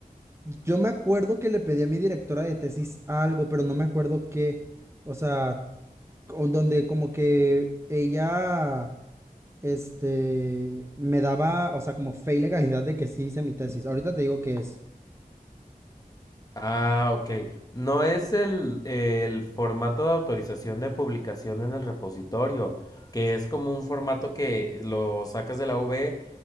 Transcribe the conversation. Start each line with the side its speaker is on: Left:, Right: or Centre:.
Right: yo me acuerdo que le pedí a mi directora de tesis algo, pero no me acuerdo qué, o sea, donde como que ella este, me daba, o sea, como fe y legalidad de que sí hice mi tesis. Ahorita te digo que es.
Left: Ah, ok. No es el, el formato de autorización de publicación en el repositorio, que es como un formato que lo sacas de la V,